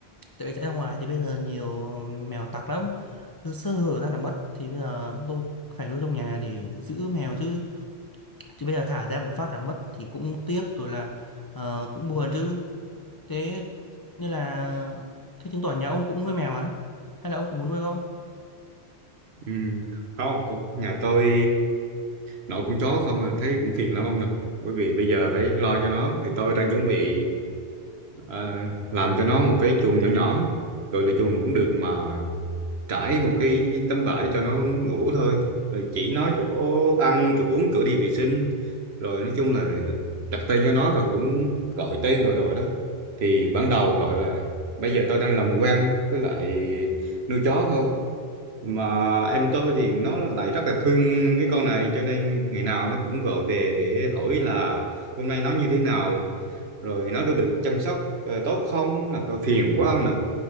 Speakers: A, on the left (about 30°); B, on the right (about 70°).
A: tại vì chạy ra ngoài thì bây giờ nhiều mèo tặc lắm cứ sơ hở ra là mất thì bây giờ tôi phải nuôi trong nhà để giữ mèo chứ chứ bây giờ thả ra một phát là mất thì cũng tiếc rồi là ờ, cũng buồn chứ thế như là thế chứng tỏ nhà ông cũng nuôi mèo hả hay là ông cũng muốn nuôi không
B: Ừ. Không, cũng- nhà tôi nội con chó không à, thấy cũng phiền lắm ông ạ. Bởi vì bây giờ phải lo cho nó, thì tôi đang chuẩn bị à, làm cho nó một cái chuồng nhỏ nhỏ. Rồi là chuồng cũng được mà trải một cái tấm vải cho nó ngủ thôi. Rồi chỉ nó chỗ ăn, chỗ uống, chỗ đi vệ sinh. Rồi nói chung là đặt tên cho nó rồi cũng gọi tên rồi rồi đó. Thì ban đầu gọi là bây giờ tôi đang làm quen với lại nuôi chó thôi mà em tôi thì nó lại rất là thương cái con này cho nên ngày nào nó cũng gọi về để hỏi là hôm nay nó như thế nào rồi nó đã được chăm sóc ờ, tốt không làm tôi phiền quá không ạ